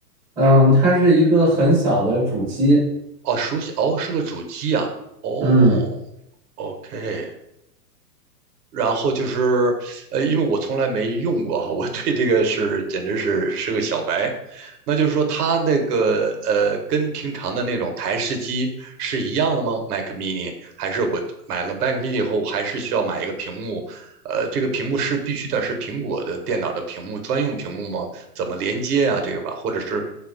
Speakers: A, in the centre; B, on the right.
A: 嗯，它是一个很小的主机。
B: 哦，熟悉，哦，是个主机啊。哦
A: 嗯
B: ，OK，然后就是，呃，因为我从来没用过哈，我对这个是简直是是个小白。那就是说，它那个呃，跟平常的那种台式机是一样的吗？Mac mini 还是我买了 Mac mini 以后，我还是需要买一个屏幕？呃，这个屏幕是必须得是苹果的电脑的屏幕专用屏幕吗？怎么连接啊？这个吧，或者是